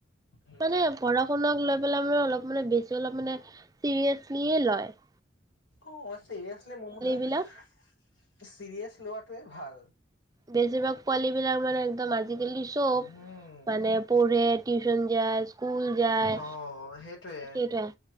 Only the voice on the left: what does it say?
উম।
অ অ চিৰিয়াচলি মোৰ মতে চিৰিয়েছ
লোৱাটোৱে ভাল
উম,
অ', সেইটোৱে।